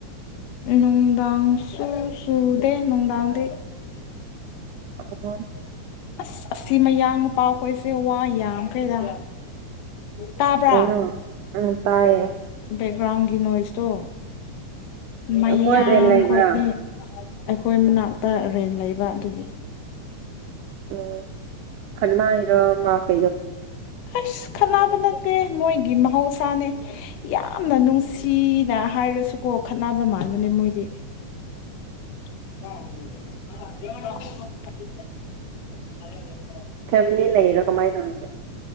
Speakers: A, on the left; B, on the right.
A: ꯅꯨꯡꯗꯥꯡ ꯁꯨꯗꯦ ꯅꯨꯡꯗꯥꯡꯗꯤ
B: <unintelligible>
A: ꯑꯁ ꯑꯁꯤ ꯃꯌꯥꯡ ꯅꯨꯄꯥꯈꯣꯏꯁꯦ ꯋꯥ ꯌꯥꯝꯈꯔꯦꯗ ꯇꯥꯕ꯭ꯔꯥ
B: ꯀꯩꯅꯣ ꯎꯝ ꯇꯥꯏꯌꯦ
A: ꯕꯦꯛꯒ꯭ꯔꯥꯎꯟꯒꯤ ꯅꯣꯏꯁꯇꯣ ꯃꯌꯥꯡꯈꯣꯣꯏꯅꯤ
B: ꯃꯣꯏ ꯔꯦꯟ ꯂꯩꯕ꯭ꯔꯥ
A: ꯑꯩꯈꯣꯏ ꯃꯅꯥꯛꯇ ꯔꯦꯟ ꯂꯩꯕ ꯑꯗꯨꯒꯤ
B: ꯑꯣꯝ ꯀꯃ ꯍꯥꯏꯔꯣ
A: ꯑꯁ ꯈꯅꯕ ꯅꯠꯇꯦ ꯃꯣꯏꯒꯤ ꯃꯍꯧꯁꯥꯅꯦ ꯌꯥꯝꯅ ꯅꯨꯡꯁꯤꯅ ꯍꯥꯏꯔꯁꯨꯀꯣ ꯈꯠꯅꯕ ꯃꯥꯟꯕꯅꯦ ꯃꯣꯏꯁ <unintelligible>
B: ꯐꯦꯃꯤꯂꯤ ꯂꯩꯔꯣ ꯀꯃꯥꯏꯅ ꯇꯧꯔꯤꯅꯣ